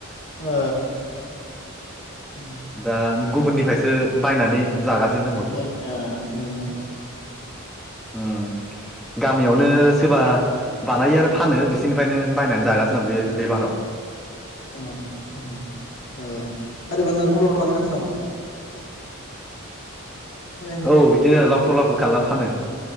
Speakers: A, on the left; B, in the centre.
A: ओ उम
B: दा गुबुननिफ्रायसो बायनानै जागासिनो दङ
A: बा आ मायना
B: ओ गामियावनो सोरबा बानायो आरो फानो बिसिोरनिफ्रायनो बायनानै जागासिनो दं बे बे बाराव
A: <inaudible> खोनायाखै होनबा
B: औ बिदिनो लावथाव लावथाव खालामना फानो